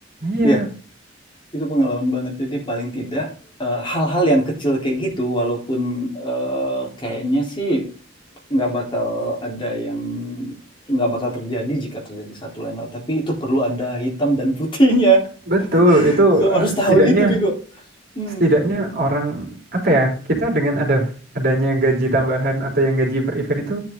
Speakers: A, on the right (about 55°); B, on the left (about 25°).
A: iya,
B: Iya, itu pengalaman banget. Jadi paling tidak eh, hal-hal yang kecil kayak gitu walaupun eh, kayaknya sih nggak bakal ada yang nggak bakal terjadi jika terjadi satu lain hal, tapi itu perlu ada hitam dan putihnya. <laughs>
A: betul. Itu
B: Kamu
A: eh,
B: harus tahu
A: setidaknya
B: itu, Vigo. Hmm,
A: Setidaknya orang apa ya kita dengan ada adanya gaji tambahan atau yang gaji per event itu